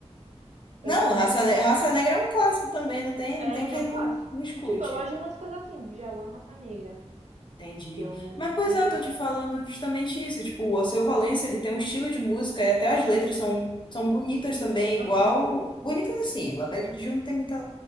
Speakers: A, on the right; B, on the left.
A: Eu
B: Não,
A: gosto
B: Raça,
A: muito
B: Ne-
A: da.
B: Raça Negra é um clássico também, não tem,
A: É,
B: não tem
A: ele
B: quem
A: é um
B: não,
A: clássico.
B: não escute.
A: Tipo, eu gosto de músicas assim, Djavan, Raça Negra.
B: Entendi.
A: Que eu.
B: Mas, pois
A: Sem
B: é,
A: ser
B: eu
A: louvor.
B: tô te falando justamente isso. Tipo, o Alceu Valença, ele tem um estilo de música e até as letras são, são bonitas também,
A: Aham.
B: igual... Bonitas assim, La Belle de Jour não tem muita